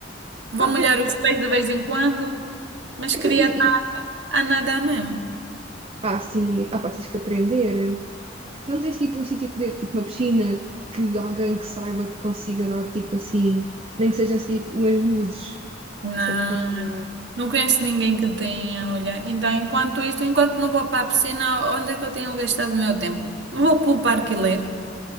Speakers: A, on the right (about 65°); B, on the right (about 30°).
A: Vou
B: Ah,
A: molhar
B: mas pô,
A: os pés de vez em quando, mas
B: então,
A: queria
B: e,
A: estar
B: e-
A: a nadar mesmo.
B: Ah, sim, ah, pá, tens que aprender. Não tens tipo um sítio que dê, tipo uma piscina que alguém que saiba te consiga dar tipo assim, nem que seja assim tipo, umas luzes.
A: Não,
B: Só para.
A: não conheço ninguém que tenha, olha. Então, enquanto isto, enquanto não vou para a piscina, onde é que eu tenho gastado o meu tempo? Vou para o parque ler.